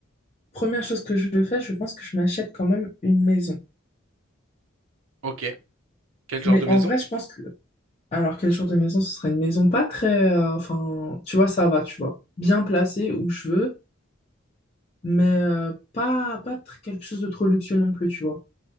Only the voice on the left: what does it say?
Première chose que je fais, je pense que je m'achète quand même une maison.
Mais
en
vrai, je pense que, alors quel genre de maison? Ce serait une maison pas très, euh, enfin, tu vois, ça va, tu vois, bien placée où je veux, mais euh, pas, pas tr- quelque chose de trop luxueux non plus, tu vois.